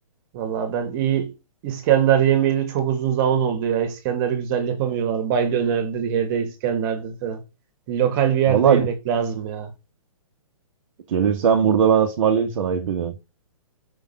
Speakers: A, on the right; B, on the right.
A: Valla ben iyi İskender yemeğiyle çok uzun zaman oldu ya. İskender'i güzel yapamıyorlar. Bay dönerdir, yerde İskender'dir falan. Lokal bir yerde
B: Valla
A: yemek lazım ya.
B: gelirsen burada ben ısmarlayayım sana ayıp ediyorum.